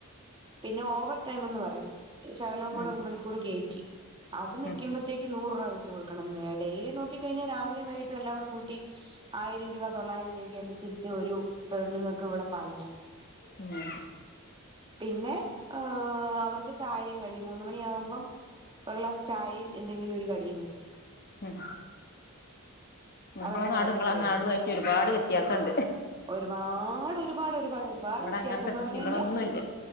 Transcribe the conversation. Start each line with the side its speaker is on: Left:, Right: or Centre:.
Right: പിന്നെ ഓവർ ടൈംന്ന് പറയും ശകലവും
Left: ഉം
Right: കൂടെ ഒരു മണിക്കൂറ് കേറ്റി അത് നിക്കുമ്പഴത്തേക്ക്
Left: ഉം
Right: നൂറ് രൂപ വെച്ച് കൊടുക്കണം <unintelligible> ഡെയിലി നോക്കി കഴിഞ്ഞാ രാവിലേം വൈയിട്ടും എല്ലാ കൂടെ കൂട്ടി ആയിരം രൂപ തൊള്ളായിരം രൂപയ്ക്ക് അനുസരിച്ച് ഒരു പെണ്ണുങ്ങൾക്ക് ഇവിടെ പണിയാ.
Left: പിന്നേ
Right: പിന്നെ ആഹ് അവർക്ക് ചായേം കടീം മൂന്ന് മണിയാവുമ്പം ഒരു ഗ്ലാസ് ചായേം എന്തെങ്കിലും ഒരു കടീം കൊടുക്കും.
Left: ഉം നമ്മളെ
Right: അവരുടെ
Left: നാടും
Right: കാര്യം
Left: ഇങ്ങളെ
Right: റെഡി
Left: നാടുമായിട്ട് ഒരുപാട് വ്യത്യാസൊണ്ട്.
Right: ഒരുപാട് ഒരുപാട് ഒരുപാട് ഒരുപാട്
Left: ഇവിടെ
Right: വ്യത്യാസംന്ന്
Left: അങ്ങനത്തെ കൃഷികളൊന്നുല്ല
Right: പറഞ്ഞഴിഞ്ഞാ